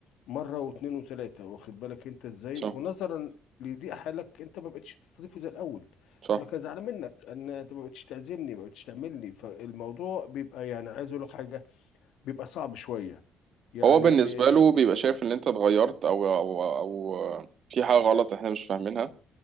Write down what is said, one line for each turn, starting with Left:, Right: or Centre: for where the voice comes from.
Left: مره واثنين وثلاثه واخد بالك انت ازاي
Right: صح
Left: ونظرا لضيق حالك انت ما بقتش تستضيفه زي الاول
Right: صح
Left: يقول لك انا زعلان منك ان انت ما بقتش تعزمني ما بقتش تعملني فالموضوع بيبقى يعني عايز اقول لك حاجه بيبقى صعب شويه يعني
Right: هو بالنسبة له
Left: إيه-
Right: بيبقى شايف إن أنت اتغيرت أو أو أو آه، في حاجة غلط إحنا مش فاهمينها